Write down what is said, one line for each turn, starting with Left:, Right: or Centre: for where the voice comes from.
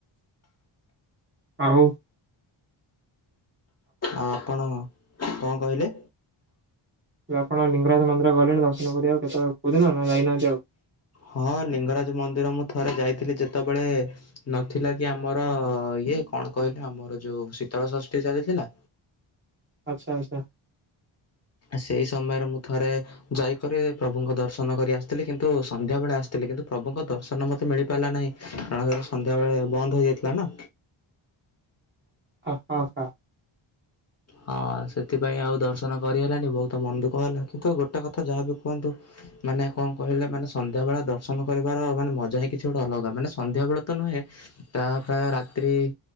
Right: ଆଉ।
Left: ଆଉ ଆପଣ କଣ କହିଲେ?
Right: ତାହେଲେ ଆପଣ ଲିଙ୍ଗରାଜ ମନ୍ଦିର ଗଲେଣି ଦର୍ଶନ ଦର୍ଶନ କରିବାକୁ କେତେବେଳ ନା କଉଦିନ ନା ଯାଇନାହାନ୍ତି ଆଉ?
Left: ହଁ ଲିଙ୍ଗରାଜ ମନ୍ଦିର ମୁଁ ଥରେ ଯାଇଥିଲି ଯେତେବେଳେ ନଥିଲା କି ଆମର ଇଏ କଣ କହିଲେ ଆମର ଯୋଉ ଶୀତଳ ଷଷ୍ଠୀ ଚାଲିଥିଲା।
Right: ଆଚ୍ଛା ଆଚ୍ଛା।
Left: ସେଇ ସମୟରେ ମୁଁ ଥରେ ଯାଇକରି ପ୍ରଭୁଙ୍କ ଦର୍ଶନ କରି ଆସିଥିଲି କିନ୍ତୁ ସନ୍ଧ୍ୟା ବେଳେ ଆସିଥିଲି କିନ୍ତୁ ପ୍ରଭୁଙ୍କ ଦର୍ଶନ ମତେ ମିଳିପାରିଲା ନାହିଁ କାରଣ ସନ୍ଧ୍ୟାବେେଳେ ବନ୍ଦ ହେଇଯାଇଥିଲା ନା।
Right: ଆଚ୍ଛା ଆଚ୍ଛା।
Left: ହଁ ସେଥିପାଇଁ ଆଉ ଦର୍ଶନ କରିହେଲାନି ବହୁତ ମନ ଦୁଃଖ ହେଲା କିନ୍ତୁ ଗୋଟେ କଥା ଯାହାବି କୁହନ୍ତୁ ମାନେ କଣ କହିଲେ ମାନେ ସନ୍ଧ୍ୟାବେଳେ ଦର୍ଶନ କରିବାର ମାନେ ମଜା ହିଁ କିଛି ଗୋଟେ ଅଲଗା ମାନେ ସନ୍ଧ୍ୟାବେଳେ ତ ନୁହେଁ ସେଟା ପ୍ରାୟ ରାତ୍ରି